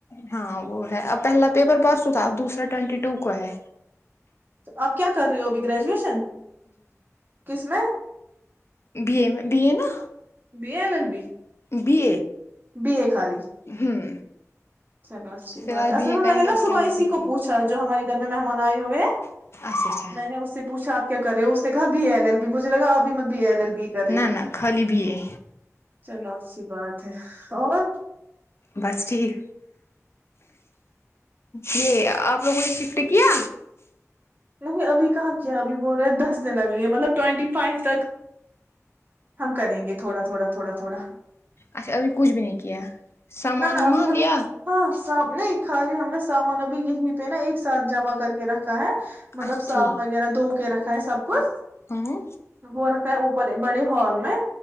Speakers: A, on the left; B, on the right.
A: ہاں وہ ہے ا پہلا پیپر پاس تو تھا اب دوسرا ٹوینٹی ٹو کو ہے
B: تو آپ کیا کر رہے ہو ابھی گریجویشن کس میں
A: ب میں ب ا نا
B: بیل ال بھی
A: بی
B: بی اے خالی
A: ہوں
B: چلو اچھی
A: فی
B: بات
A: الحال
B: ہے اصل
A: بی اے
B: میں میں
A: کریں
B: نے
A: گے
B: نا
A: اس
B: صبح
A: کے بعد
B: اسی
A: دیکھیں
B: کو پوچھا جو ہمارے گھر میں مہمان آئے ہوئے ہیں
A: اچھا اچھا
B: میں نے اس سے پوچھا آپ کرے اس نے کہ بی ایل ایل بھی مجھے لگ ابھیت بی ایل ای بی بھی کر رہی
A: نہ
B: ہو
A: نہ خالی بی اے
B: چلو اچھی بات اور
A: بس ٹھیک یہ آپ لوگوں نے شفٹ کیا
B: نہیں ابھی کہاں کیا ابھی بول رہے ہیں دس دن لگے ہے مطلب ٹوینٹی فائیو تک ہم کریں گے تھوڑا تھوڑا تھوڑا تھوڑا
A: اچھا ابھی کچھ بھی نہیں کیا سامان
B: نہ نہ
A: وامان
B: ابھی ہم
A: لیا
B: نے ہاں سام نہیں خالی ہم نے سامان ابھی یہ نہیں پہناا ایک ساتھ جمع کر کے رکھا ہے مطلب
A: اچھا
B: صاف
A: ٹھیک
B: وغیرہ دو کی رکھا ہے سب کچھ
A: ہاں
B: وہ رکھا ہے اوپر بڑے ہال میں